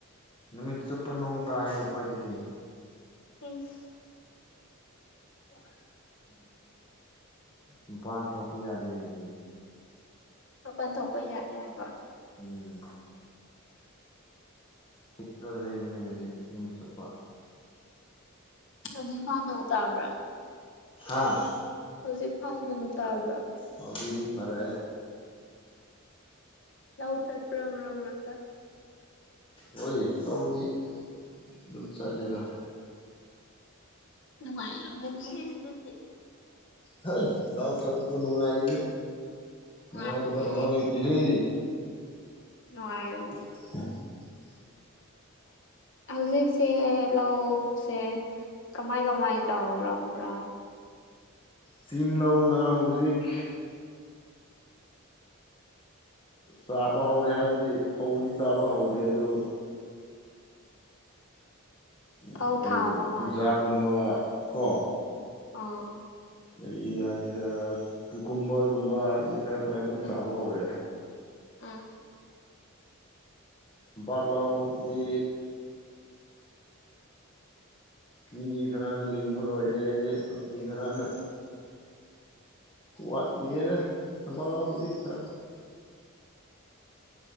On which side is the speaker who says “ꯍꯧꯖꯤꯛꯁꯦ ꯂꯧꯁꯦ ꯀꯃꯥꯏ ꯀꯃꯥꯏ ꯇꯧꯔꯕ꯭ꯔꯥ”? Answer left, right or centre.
Left